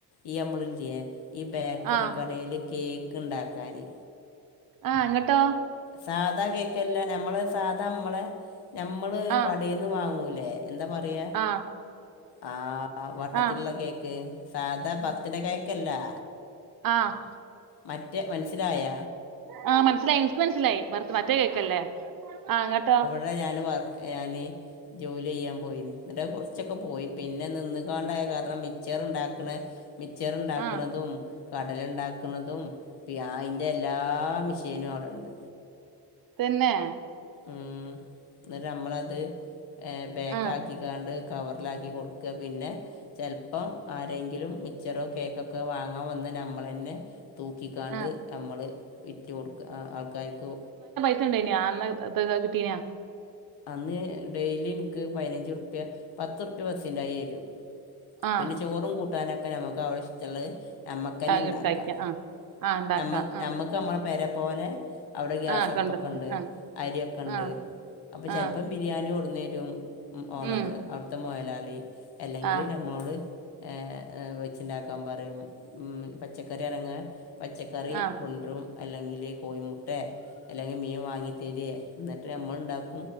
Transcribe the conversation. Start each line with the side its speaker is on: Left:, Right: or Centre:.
Left: ഈ നമ്മളില്ലേ ഈ ബേക്കറി
Right: ആ
Left: കടയില് കേക്ക്ണ്ടാക്കാന്.
Right: ആഹ് ങ്ങ ട്ടോ
Left: സാധാ കേക്കല്ല. നമ്മള് സാധാ മ്മളെ നമ്മള്
Right: ആ
Left: കടയിന്ന് വാങ്ങൂലേ. എന്താ പറയ
Right: ആ
Left: ആഹ് വട്ടത്തിലുള്ള
Right: ആ
Left: കേക്ക്. സാധാ ബർത്ത്ഡേ കേക്കല്ലാ.
Right: ആഹ്
Left: മറ്റേ മൻസ്സിലായ.
Right: ആഹ് മനസ്സിലായി. ൻക്ക് മനസ്സിലായി. വറു മറ്റേ കേക്കല്ലേ. ആഹ് ങ്ങട്ടോ?
Left: ന്താ ഞാന് വർ ഞാന് ജോലിയ്യാൻ പോയി. എന്നിട്ട് കുറച്ചൊക്കെ പോയി. പിന്നെ നിന്നുകാണ്ടായ കാരണം മിചറ് ണ്ടാക്കണ മിച്ചറ്ണ്ടാക്കണതും.
Right: ആ
Left: കടലണ്ടാക്ക്‌ണതും പി അയിൻ്റെ എല്ലാ മിഷീനും അവിടെണ്ട്.
Right: തെന്നെ.
Left: ആഹ് ന്നരം നമ്മളത് ഏഹ് ബേക്കാക്കിക്കാണ്ട്
Right: ആ
Left: കവറിലാക്കി കൊടുക്ക. പിന്നെ ചെലപ്പോ ആരെങ്കിലും മിച്ചറോ കേക്കൊക്കെ വാങ്ങാൻ വന്ന നമ്മളന്നെ തൂക്കിക്കാണ്ട്
Right: ആ
Left: നമ്മള് വിറ്റ് കൊടുക്ക. ആ ആൾക്കാർക്ക്
Right: ണ്ടന്യോ. ഇത് കിട്ടീനാ.
Left: അന്ന് ഡെയിലി നിക്ക് പതിനഞ്ച് റുപ്യ പത്ത്റുപ്യ ബസ്സിൻ കായി തരും.
Right: ആ
Left: പിന്നെ ചോറും കൂട്ടാനൊക്കെ നമുക്ക് ആവിശ്യത്തുള്ളത് നമ്മക്കന്നെ
Right: ആ
Left: ണ്ടാക്കാം.
Right: കഴിക്കാം ആ ആ ഉണ്ടാക്കാം
Left: നമ്മ
Right: ആ
Left: നമ്മ ക്ക് നമ്മ പെര പോലെ അവിടെ ഗ്യാസടുപ്പൊക്കെ
Right: ആ കൊണ്ടുവരാം
Left: ണ്ട്.
Right: ആ
Left: അരിയൊക്കണ്ട്.
Right: ആ
Left: അപ്പൊ ചെലപ്പോ
Right: ആ
Left: ബിരിയാണി കൊടന്നരും. ഓണർ.
Right: ഉം
Left: അവിടുത്തെ മൊതലാളി. അല്ലെങ്കി
Right: ആ
Left: നമ്മോട് ഏഹ് ഹ് വെച്ചുണ്ടാക്കാൻ പറിം. ഉം പച്ചക്കറി ആനങ്ങ് പച്ചക്കറി
Right: ആ
Left: കൊണ്ടരും അല്ലെങ്കില് കോഴിമുട്ടേ അല്ലെങ്കി മീൻ വാങ്ങി തരിയെ എന്നിട്ട് നമ്മളുണ്ടാക്കും